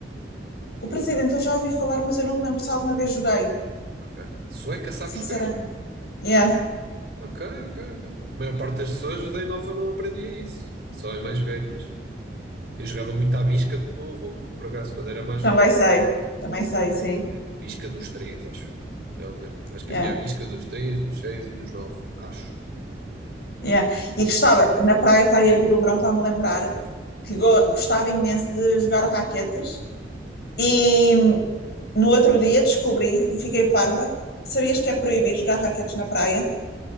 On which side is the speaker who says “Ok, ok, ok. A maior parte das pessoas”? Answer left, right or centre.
Right